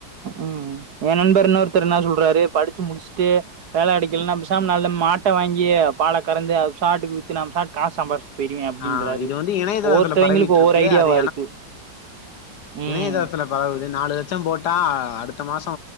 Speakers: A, on the right; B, on the left.
A: ம் ஒ நண்பர் இன்னொருத்தர் என்ன சொல்றாரு படிச்சு முடிச்ட்டு வேல கடிக்கல்னா பெசாம்ம நல்ல மாட்ட வாங்கி பால கறந்து ப் சாட்டுக் வித்துனா ப் சாட் காஸ் சம்பாரிச்ட் தெரியு அப்டின்றாரு
B: ஆ இது வந்து இணையதளத்துல
A: ஒவ்வொருதவங்களுக்
B: பரவிட்ருக்கு
A: ஒவ்வொரு ஐடியாவருக்கு
B: அது
A: ம்
B: <unintelligible> தர்த்துல பரவுது நாலு லெச்சம் போட்டா அ அடுத்த மாசோ